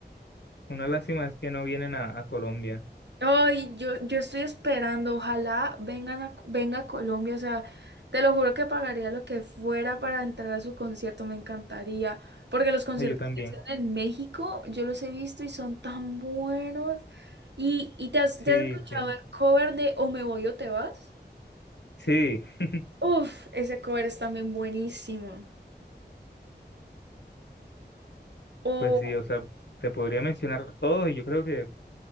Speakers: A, on the left (about 75°); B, on the right (about 75°).
A: una lástima es que no vienen a, a Colombia.
B: Ay, yo, yo estoy esperando, ojalá vengan a, venga a Colombia, o sea, te lo juro que pagaría lo que fuera para entrar a su concierto, me encantaría, porque los conciertos
A: Ah, yo también.
B: que hacen en México, yo los he visto y son tan buenos. ¿Y, y te has,
A: Sí,
B: te has escuchado
A: sí,
B: el cover de O me voy o te vas?
A: sí, <laughs>
B: Uf, ese cover es también buenísimo. O,
A: pues sí, o sea, te podría mencionar todos y yo creo que,